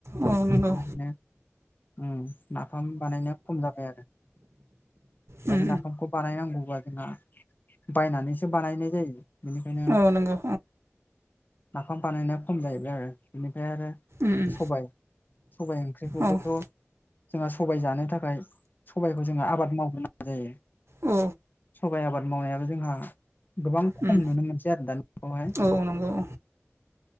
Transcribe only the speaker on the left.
बेनिखायनो नाफाम बानायनाया खम जाबाय आरो‌
दा
बे नाफामखौ बानायनांगौबा जोंना बायनानैसो बानायनांगौ जायो बेनिखायनो
नाफाम बानायनाया खम जाहैबाय आरो बेनिफ्राय आरो
सबाय सबाय ओंख्रिखौबोथ'
जोंहा सबाय जानो थाखाय सबाइखौ जोङो आबाद मावग्रोनागो जायो
सबाय आबाद मावनायाबो जोंहा गोबां खम
नुनो मोनसै आरो दानि जुगावहाय